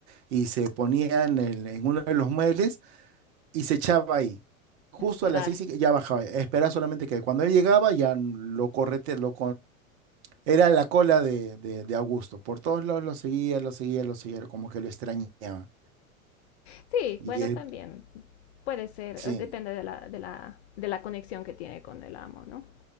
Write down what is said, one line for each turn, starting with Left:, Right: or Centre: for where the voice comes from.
Right: y se ponía en, el- en uno de los muebles y se echaba ahí. Justo
Left: A esperar.
Right: a las seis y ya bajaba. Espera solamente que cuando él llegaba ya lo correte, lo, era la cola de, de, de Augusto. Por todos lados lo seguía, lo seguía, lo seguía, como que lo extrañaba.
Left: Sí,
Right: Y
Left: bueno,
Right: él,
Left: también puede ser,
Right: sí,
Left: eh, depende de la, de la, de la conexión que tiene con el amo, ¿no?